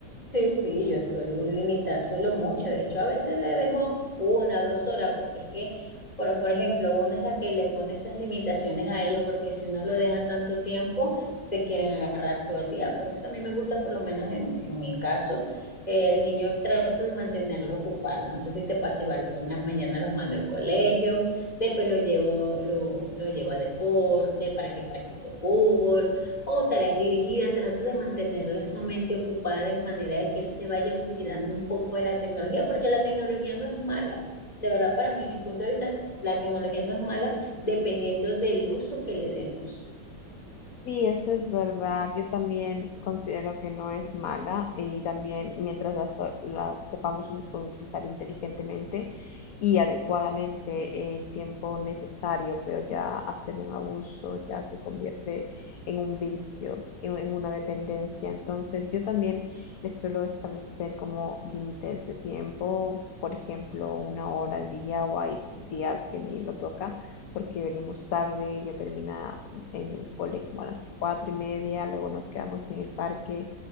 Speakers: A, on the left; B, on the left.
A: Sí, sí, yo suelo limitárselo mucho. De hecho, a veces le dejo una, dos horas, porque es que, por, por ejemplo, una es la que le pone esas limitaciones a ello, porque si uno lo deja tanto tiempo, se quieren agarrar todo el día. Por eso que a mí me gusta, por lo menos en, en mi caso, eh, el niño trato de mantenerlo ocupado. No sé si te pasa igual, en las mañanas los mando al colegio, después lo llevo, lo, lo llevo a deporte para que practique fútbol o tareas dirigidas, trato de mantenerle esa mente ocupada de manera de que él se vaya olvidando un poco de la tecnología, porque la tecnología no es mala. De verdad, para mi punto de vista, la tecnología no es mala dependiendo del uso que le demos.
B: Sí, eso es verdad. Yo también considero que no es mala y también mientras las, las sepamos u- utilizar inteligentemente y adecuadamente el tiempo necesario, pero ya hacer un abuso ya se convierte en un vicio, en, en una dependencia. Entonces, yo también les suelo establecer como límites de tiempo, por ejemplo, una hora al día o hay días que ni lo toca porque venimos tarde, ya termina en el cole como a las cuatro y media, luego nos quedamos en el parque